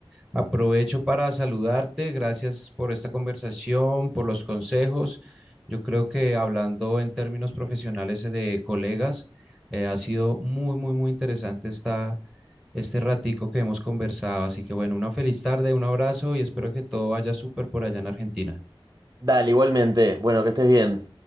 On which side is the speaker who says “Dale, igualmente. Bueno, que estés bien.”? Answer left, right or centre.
Right